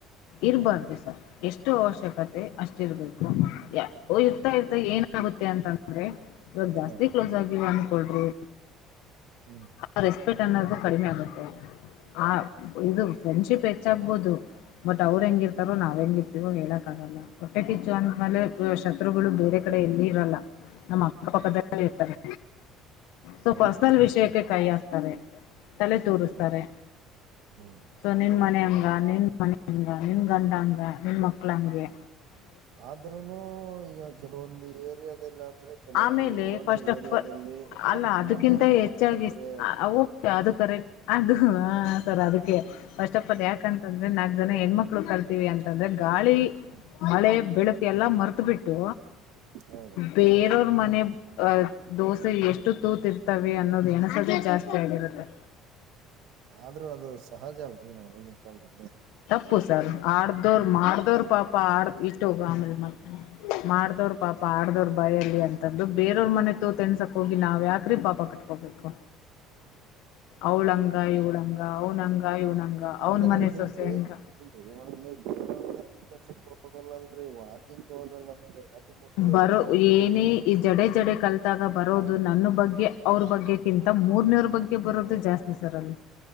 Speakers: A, on the left; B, on the right.
A: ಇರಬಾರ್ದು ಸರ್ ಎಷ್ಟು ಅವಶ್ಯಕತೆ ಅಷ್ಟಿರ್ಬೇಕು ಇರ್ತಾ ಇರ್ತಾ ಏನಾಗುತ್ತೆ ಅಂತಂದ ಅಂದ್ರೆ ಇ ಜಾಸ್ತಿ
B: ಹಾ
A: ಕ್ಲೋಸ್ ಆಗಿವ ಅನ್ಕೊಳ್ರಿ
B: ಹುಂ
A: ಆ ರೆಸ್ಪೆಕ್ಟ್ ಅನ್ನೋದು ಕಡಿಮೆ ಆಗುತ್ತೆ ಆ ಇದು ಫ್ರೆಂಡ್ ಶಿಪ್ ಹೆಚ್ಚಾಗಬಹುದು ಬಟ್ ಅವ್ರು ಹೆಂಗಿರ್ತಾರೋ ನಾವ್ ಹೆಂಗಿರ್ತತಿವೋ ಹೇಳಕ್ಕ ಆಗಲ್ಲಾ ಹೊಟ್ಟೆ ಕಿಚ್ಚು ಅಂದ್ಮೇಲೆ ಶತ್ರುಗಳು ಬೇರೆ ಕಡೆ ಎಲ್ಲಿ ಇರಲ್ಲ ನಮ್ಮ ಅಕ್ಕಪಕ್ಕದಲ್ಲೇ ಇರ್ತಾರೆ ಸೊ
B: ಹೌದೇನ್ರಿ
A: ಪರ್ಸನಲ್ ವಿಷಯಕ್ಕೆ ಕೈ ಹಾಕ್ತಾರೆ ತಲೆ ತೂರಿಸ್ತಾರೆ
B: ಹಾ ಹಾ
A: ಸೊ ನಿನ್
B: ಹ
A: ಮನ ಅಂಗ ನಿನ್ ಮನಂಗ ನಿನ್ ಗಂಡಂಗ ನಿನ್ ಮಕ್ಳಂಗೆ
B: ಆದ್ರೂನು ಈಗ ಕೆಲವೊಂದು ಏರಿಯಾದಲ್ಲಿ ಅಂದ್ರೆ ಕೆಲವೊಂದು
A: ಆಮೇಲೆ
B: ಓಣಿ
A: ಫಸ್ಟ್ ಆಫ್
B: ಏರಿಯಾದ
A: ಆಲ್
B: ಅಲ್ಲಿ ನಾಲ್ಕು
A: ಅಲ್ಲ ಅದಕ್ಕಿಂತ
B: ಮನೆ ಹೆಣ್ಮಕ್ಳು
A: ಹೆಚ್ಚಾಗಿ
B: ಕದ್ರೆ
A: ಅದು ಕರೆಕ್ ಅದು ಹ ಸರ್ ಅದಕ್ಕೆ ಫಸ್ಟ್ ಆಫ್ ಆಲ್ ಯಾಕಂದ್ರೆ ಅಂತಂದ್ರೆ ನಾಕ್ ಜನ ಹೆಣ್ಮಕ್ಕಳು ಕಲ್ತೀವಿ ಅಂತಂದ್ರೆ ಗಾಳಿ
B: ಹೂ
A: ಮಳೆ ಬೆಳಕು ಎಲ್ಲಾ ಮರ್ತ ಬಿಟ್ಟು
B: ಹೌದ್ರಿ
A: ಬೇರವ್ರ ಮನೆ ಅಹ ದೋಸೆ ಎಷ್ಟು ತೂತಿರ್ತವೆ ಅನ್ನೋದು ಎಣಸೋದೇ ಜಾಸ್ತಿ ಆಗಿರುತ್ತೆ
B: ಆದ್ರೂ ಅದು ಸಹಜ ಅಲ್ರರಿ ಮೇಡಮ್ ಈಗಿನ ಕಾಲದಲ್ಲಿ
A: ಪಪ್ಪು ಸರ್ ಆಡ್ದವ್ರರು ಮಾಡ್ದವರು ಪಾಪ ಆಡ ಇಟ್ಟು ಹೋಗ ಆಮೇಲೆ ಮತ್ತೆ ಮಾಡ್ದವ್ರ ಮಾಡ್ದವ್ರ ಬಾಯ ಅಲ್ಲಿ ಅಂತಂದು ಬೇರವ್ರ ಮನೆ ತು ತೆನ್ಸಕ್ ಹೋಗಿ ನಾವ್ ಯಾಕ್ರೀ ಪಾಪ ಕಟ್ಕೋಬೇಕು ಅವಳಂಗ ಇವಳಂಗ ಅವನಂಗ ಇವ್ನಂಗ
B: ಅಂದ್ರೆ
A: ಅವರ್ ಮನೆ
B: ನೀವ್
A: ಸೊಸೆ ಹಂಗ
B: <unintelligible>
A: ಬರೋ
B: ಅಷ್ಟೇ ಅಲ್ರರಿ
A: ಏನೇ ಈ ಜಡೆ ಜಡೆ ಕಲ್ತಾಗ
B: ಹ್ಮ್
A: ಬರೋದು ನನ್ನ ಬಗ್ಗೆ ಅವ್ರ ಬಗ್ಗೆ ಕ್ಕಿಂತ ಮೂರ್ನೇವ್ರ ಬಗ್ಗೆ ಬರೋದು ಜಾಸ್ತಿ ಸರ್ ಅಲ್ಲಿ.